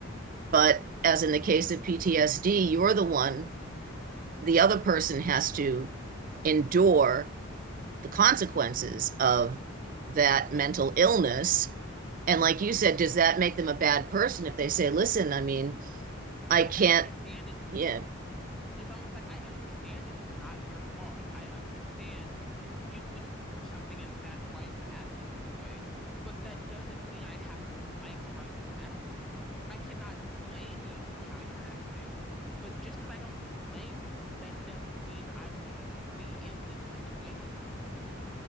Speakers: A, on the right (about 40°); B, in the centre.
A: But as in the case of PTSD, you're the one the other person has to endure the consequences of that mental illness. And like you said, does that make them a bad person if they say, listen, I mean, I
B: Like
A: can't,
B: I understand it's
A: yeah,
B: it's almost like I understand it's not your fault. I understand you went through something and that's why you're acting this way, but that doesn't mean I have to like how you're acting. I cannot blame you for how you're acting, but just because I don't blame you, that doesn't mean I want to be in this situation.